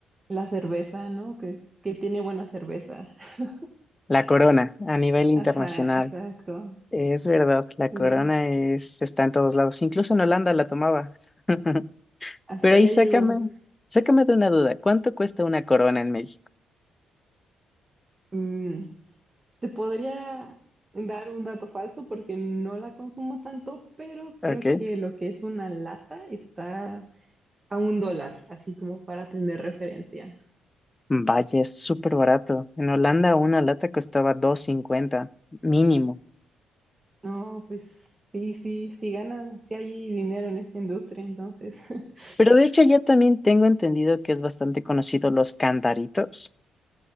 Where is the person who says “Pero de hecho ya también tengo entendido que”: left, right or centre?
Left